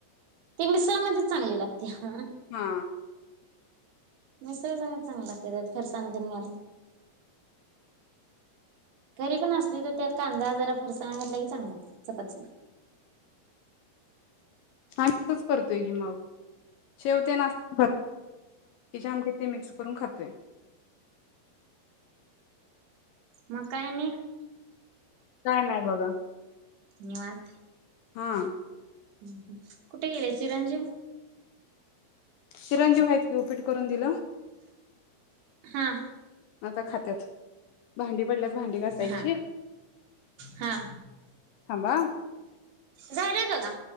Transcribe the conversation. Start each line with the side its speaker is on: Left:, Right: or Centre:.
Right: ती मिसळमध्ये चांगली लागते. ते हा.
Left: हा
Right: म सळ सांगत चांगलं असगते त्यात फरसाना दिन घालून. घरी पण असली तर त्यात कांदा जरा फरसाणा घातला की चांगला चपात.
Left: आणि. करतोय की मग, शेवते ना म आम ते मिक्स करून खातोय.
Right: मकायनी
Left: काय नाही बघा,
Right: याात
Left: हा
Right: हम् ह कुठे गेले चिरंजु
Left: किरणजीव आहेत की पीट करून दिलं
Right: हा
Left: आता खात्यात भांडी पडल्यात भांडी घासायची
Right: हा हा
Left: थांबा.
Right: झालंय बघा.